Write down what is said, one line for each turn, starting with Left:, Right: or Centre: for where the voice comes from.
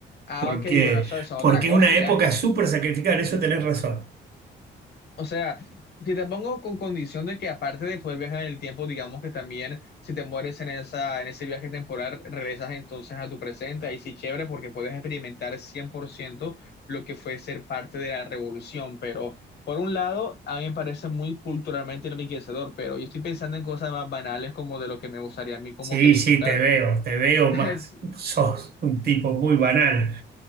Left: Ah,
Right: porque,
Left: ok, bueno, eso eso es
Right: porque
Left: otra cosa
Right: es una
Left: ya.
Right: época súper sacrificada, en eso tenés razón.
Left: O sea, si te pongo con condición de que aparte de poder viajar en el tiempo, digamos que también si te mueres en esa, en ese viaje temporal, regresas entonces a tu presente, ahí sí chévere porque puedes experimentar 100% lo que fue ser parte de la revolución, pero por un lado, a mí me parece muy culturalmente enriquecedor, pero yo estoy pensando en cosas más banales como de lo que me gustaría a mí como
Right: Sí,
Left: que disfrutar.
Right: sí, te veo, te veo
Left: <laughs>
Right: más. Sos un tipo muy banal.